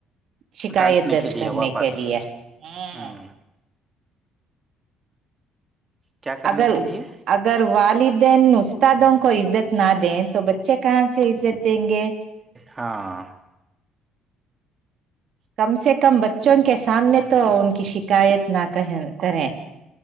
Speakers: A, on the right; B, on the right.
A: شکایت
B: ڈانٹنے
A: درج
B: کے لیے
A: کرنے
B: واپس
A: کے لیے ہاں
B: ہوں کیا کرنے
A: اگر
B: کے لیے
A: اگر والدین استادوں کو عزت نہ دیں تو بچ چے کہاں سے عزت دیں گے
B: ہاں
A: کم سے کم بچوں کے سامنے تو ان کی شکایت نہ کہیں کریں